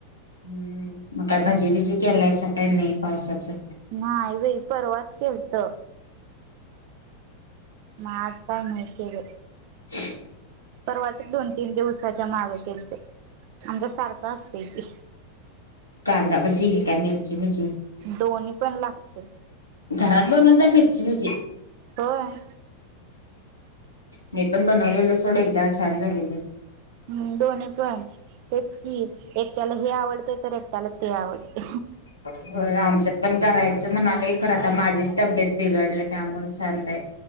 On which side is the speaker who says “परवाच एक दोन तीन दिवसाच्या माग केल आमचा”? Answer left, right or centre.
Right